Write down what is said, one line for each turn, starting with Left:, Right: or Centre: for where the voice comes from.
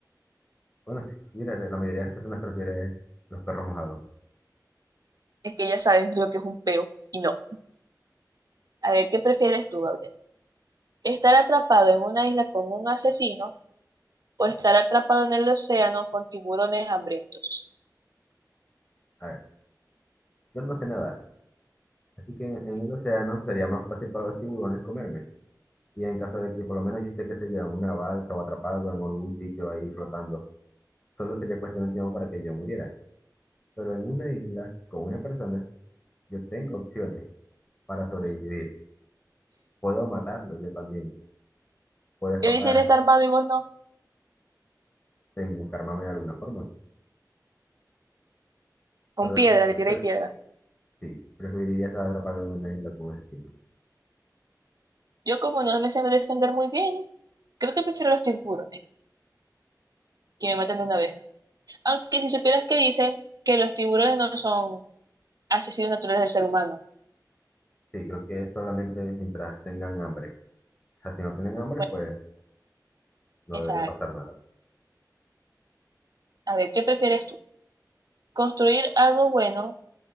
Left: Bueno, sí, mira, la mayoría de las personas prefiere los perros mojados.
Right: Es que ya saben lo que es un peo y no. A ver, ¿qué prefieres tú, Gabriel? ¿Estar atrapado en una isla con un asesino o estar atrapado en el océano con tiburones hambrientos?
Left: A ver, yo no sé nadar, así que en, en el océano sería más fácil para los tiburones comerme. Y en caso de que por lo menos yo esté, qué sé yo, en una balsa o atrapado en algún sitio ahí flotando, solo sería cuestión de tiempo para que yo muriera. Pero en una isla con una persona, yo tengo opciones para sobrevivir. Puedo matarlo yo también.
Right: <laughs>
Left: Puedo escapar.
Right: Yo le está armado y vos no.
Left: Tengo que armarme de alguna forma.
Right: Con
Left: Pero,
Right: piedra,
Left: pero-
Right: le tiré
Left: pero-
Right: piedra.
Left: sí, preferiría estar atrapado en una isla con un asesino.
Right: Yo como no me sé defender muy bien, creo que prefiero los tiburones, que me matan de una vez. Aunque si supieras que dicen que los tiburones no son asesinos naturales del ser humano.
Left: Sí, creo que es solamente mientras tengan hambre. O sea, si no tienen hambre,
Right: Bueno,
Left: pues no
Right: esa-
Left: debería pasar nada.
Right: a ver, ¿qué prefieres tú? ¿Construir algo bueno